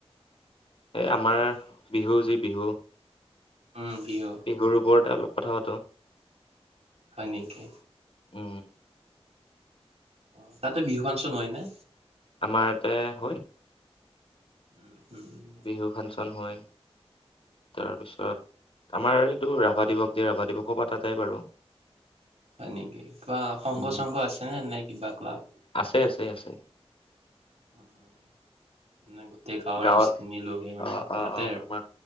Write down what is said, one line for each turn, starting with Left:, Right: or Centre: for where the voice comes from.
Left: এই আমাৰ
Right: হয় নেকি
Left: বিহু যি বিহু
Right: উম বিহু।
Left: বিহুৰ ওপৰতে অলপ কথা পাতো।
Right: হয় নেকি?
Left: উম।
Right: অ তাতে বিহু ফাংচন হয় নে?
Left: আমাৰ ইতে হয়।
Right: উম উম।
Left: বিহু ফাংচন হয় তাৰপিছত। আমাৰ এইটো ৰাভা দিৱস যে ৰাভা দিৱসো পাতা যায় বাৰু।
Right: হয় নেকি কিবা সংঘ
Left: উম
Right: সংঘ আছেনে নাই কিবা ক্লাব?
Left: আছে আছে আছে।
Right: উ মানে গোটেই গাঁৱৰ
Left: গাঁৱত
Right: ৰাইজ খিনি লগহে মানে
Left: অ অ
Right: পাতে
Left: অ
Right: আৰু।
Left: আমাৰ